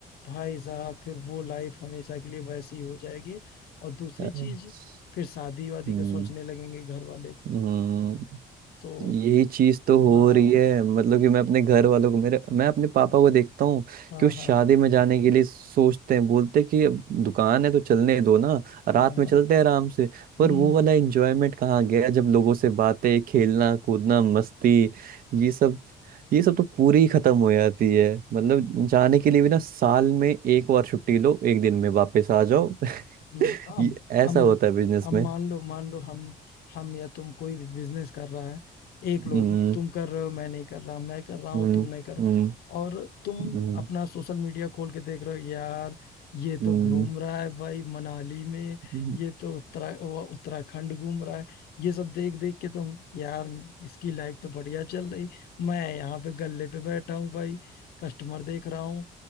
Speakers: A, on the left; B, on the right.
A: भाई साहब फिर वो लाइफ हमेशा के लिए वैसी हो जाएगी और दूसरी
B: <laughs>
A: चीज फिर शादी वादी
B: हम्म,
A: का सोचने लगेंगे घर वाले
B: हम्म,
A: तो
B: यही चीज तो हो
A: हाँ
B: रही है मतलब कि मैं अपने घर वालों को मेरे मैं अपने पापा को देखता हूँ
A: हाँ
B: कि वो शादी
A: हाँ
B: में जाने के लिए सोचते हैं बोलते हैं कि अब दुकान है तो चलने दो ना रात
A: हाँ हाँ
B: में चलते हैं आराम से पर
A: हम्म
B: वो वाला एंजॉयमेंट कहाँ गया जब लोगों से बातें खेलना कूदना मस्ती ये सब ये सब तो पूरी ही खत्म हो जाती है मतलब जाने के लिए भी ना साल में एक बार छुट्टी लो एक दिन में वापस आ जाओ
A: हम्म,
B: <laughs>
A: अब
B: ये ऐसा
A: हम
B: होता है बिजनेस
A: अब
B: में
A: मान लो मान लो हम हम या तुम कोई भी बिजनेस कर रहा है एक लोग
B: हम्म
A: तुम कर रहे हो मैं नहीं कर रहा मैं कर रहा हूँ
B: हम्म
A: तुम नहीं कर
B: हम्म
A: और तुम
B: हम्म
A: अपना सोशल मीडिया खोल के देख रहे हो यार ये तो
B: हम्म
A: घूम रहा है भाई मनाली में
B: हम्म
A: ये तो उत्तरा वो उत्तराखंड घूम रहा है ये सब देख देख के तुम यार इसकी लाइफ तो बढ़िया चल रही मैं यहाँ पे गल्ले पे बैठा हूँ भाई कस्टमर देख रहा हूँ